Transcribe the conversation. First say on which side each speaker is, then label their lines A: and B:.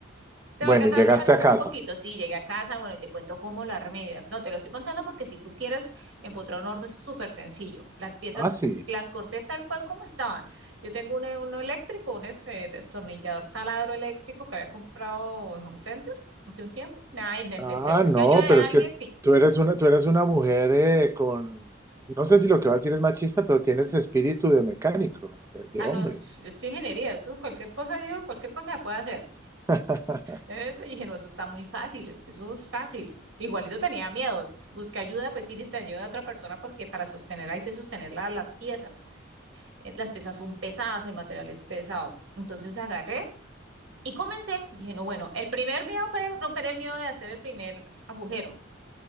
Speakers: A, on the right; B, on the right.
A: Se
B: Bueno,
A: me alcanzó
B: y llegaste
A: a dañar
B: a
A: un
B: casa.
A: poquito, sí, llegué a casa, bueno, y te cuento cómo lo armé. No, te lo estoy contando porque si tú quieres empotrar un horno es súper sencillo. Las piezas
B: Ah, sí.
A: las corté tal cual como estaban. Yo tengo uno, uno eléctrico, un este destornillador taladro eléctrico que había comprado en Home Center hace un tiempo. Nada, y me empecé
B: Ah,
A: a buscar
B: no,
A: ayuda de
B: pero
A: alguien,
B: es que
A: sí.
B: tú eres una, tú eres una mujer eh, con, no sé si lo que va a decir es machista, pero tienes espíritu de mecánico, de, de
A: Ah,
B: hombre.
A: no, yo soy ingeniería, eso, cualquier cosa, yo, cualquier cosa se puede hacer.
B: <laughs>
A: Eso, y dije, no, eso está muy fácil, es que eso es fácil. Igualito tenía miedo. Busqué ayuda, pues sí, te ayuda a otra persona porque para sostener hay que sostener la- las piezas. Eh, Las piezas son pesadas, el material es pesado. Entonces agarré y comencé. Dije, no, bueno, el primer miedo fue romper el miedo de hacer el primer agujero,